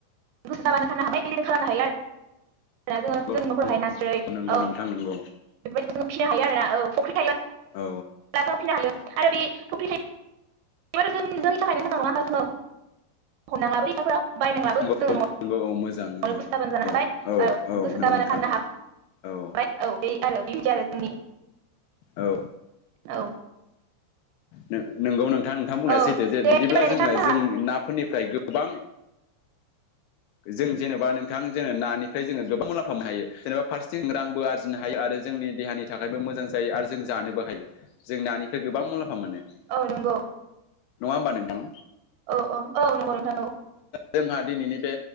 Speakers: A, on the right; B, on the left.
A: गोसो जाबानो थानो हाबाय बिदि खालामानो हायो आरो जोङो
B: नंगौ
A: जोंनि न'खरावहाय नास्रै
B: नंगौ
A: औ बेबायदिखौ
B: नोंथां नंगौ
A: फिसिनो हायो आरोना औ फुख्रि थायो
B: औ
A: ब्ला फिनो हायो आरो बि फुख्रि <unintelligible> बायनांलाबो जोङो न'आव
B: नंगौ नंगौ औ मोजां नंगौ
A: नो गोसो जाबानो जानो
B: औ
A: हाबाय औ गोसो
B: नंगौ
A: जाबानो
B: नोंथां
A: फाननो हाबाय
B: औ
A: औ बे आरो बेबादि <unintelligible>
B: औ
A: औ
B: नोंगौ नों नोंथां नोंथां बुंनाया
A: औ
B: सैथो जे
A: दे
B: बिदिब्ला
A: बिदिबालाय
B: जोङो
A: नोंथां जोंहा
B: जों नाफोरनिफ्राय गोबां जों जेनेबा नोंथां जोङो नानिफ्राय जोङो गोबां मुलामफा मोननो हायो जेनेबा फारसेथिं जों रांबो आरजिनो हायो आरो जोंनि देहानि थाखायबो मोजां जायो आरो जों जानोबो हायो जों नानिफ्राय गोबां मुला म्फा मोनो नङा
A: औ नंगौ
B: होनबा नोंथां।
A: औ औ औ नंगौ नोंथां औ
B: जोंहा दिनैनि बे